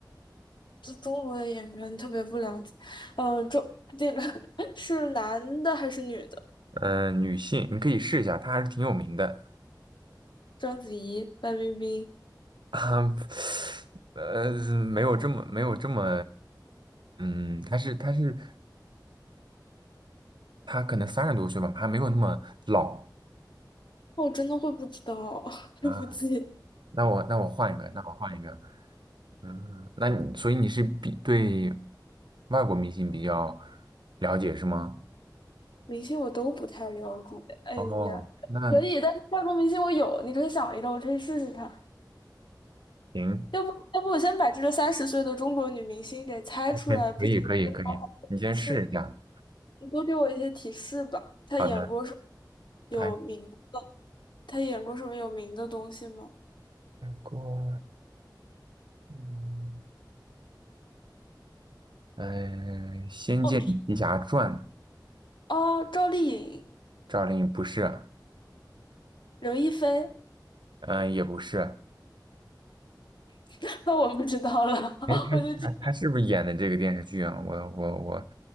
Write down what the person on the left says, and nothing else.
这中国的演员特别不了解。嗯，中这个 <laughs> 是男的还是女的？
章子怡、范冰冰。
我真的会不知道啊，<laughs> 对不起。
明星我都不太了解。<laughs> 哎呀，
可以，但是化妆明星我有，你可以想一个，我可以试试看。
要不，要不我先把这个三十岁的中国女明星给猜出来，
不行就聊好是，
你多给我一些提示吧。她演过什么
有名？
她演过什么有名的东西吗？
哦，哦，赵丽颖、
刘亦菲，
<laughs> 那我不知道了，<laughs>
我就知